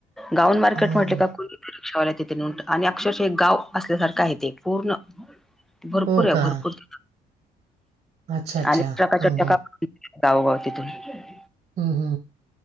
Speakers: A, in the centre; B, on the right.
A: गाउन मार्केट
B: हां,
A: म्हटल का कु रिक्षावाला तिथे नेऊन आणि अक्षरशः एक गाव असल्यासारखं आहे ते पूर्ण. भरपूर
B: हो
A: आहे
B: का?
A: भरपूर.
B: अच्छा, अच्छा.
A: आणि ट्रकाच्या
B: हं, हं.
A: टका <inaudible> गावगाव तिथून. म्हणजे
B: उम हम.